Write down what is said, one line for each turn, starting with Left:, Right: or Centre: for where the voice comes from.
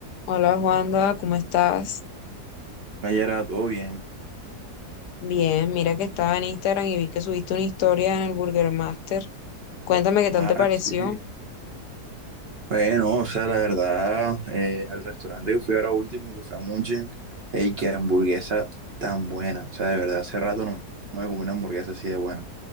Left: Hola Juanda, ¿cómo estás?
Right: Nayera, todo bien.
Left: Bien, mira que estaba en Instagram y vi que subiste una historia en el Burger Master. Cuéntame qué
Right: Ah,
Left: tal te pareció.
Right: sí. Bueno, o sea, la verdad, eh, al restaurante que fui ahora último, que fue a Munchin, ey, qué hamburguesa tan buena. O sea, de verdad, hace rato no, no me comí una hamburguesa así de buena.